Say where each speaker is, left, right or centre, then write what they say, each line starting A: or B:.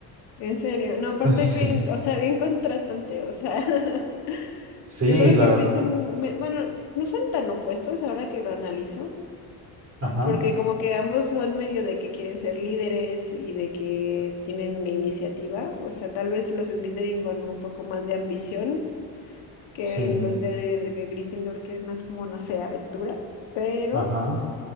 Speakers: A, on the left; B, on the right.
A: en serio. No, aparte
B: <laughs> Sí,
A: bien, o sea, bien contrastante, o sea, <laughs>
B: sí,
A: yo creo
B: la
A: que
B: verdad.
A: sí son, me- bueno, no son tan opuestos ahora que lo analizo,
B: Ajá,
A: porque como que ambos son medio de que quieren ser líderes y de que tienen iniciativa, o sea, tal vez los Slytherin con un poco más de ambición que
B: sí.
A: los de, de de Gryffindor, que es más como, no sé, aventura, pero...
B: Ajá.